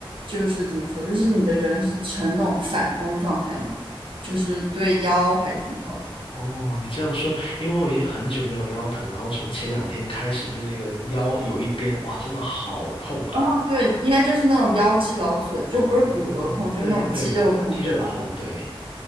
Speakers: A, on the right (about 65°); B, on the left (about 65°).
A: 就是怎么说，就是你的人是呈那种反弓状态嘛，
B: 嗯
A: 就是对腰还挺好的。
B: 哦，你这样说，因为我已经很久没有腰疼，然后从前两天开始，就那个腰有一边，哇，真的好痛。
A: 哦，对，应该就是那种腰肌劳损，就不是骨头痛，
B: 哦，
A: 就那种肌肉痛，
B: 对对，肌肉痛，
A: 对吧？
B: 对，